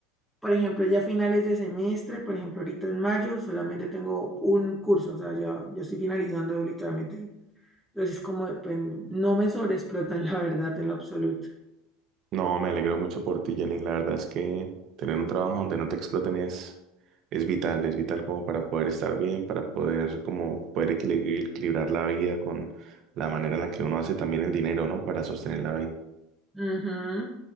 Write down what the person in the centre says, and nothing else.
por ejemplo, ya finales de semestre, por ejemplo, ahorita en mayo solamente tengo un curso, o sea, ya yo estoy finalizando literalmente entonces, como depende, no me sobreexplotan, la verdad, en lo absoluto.
Ujú.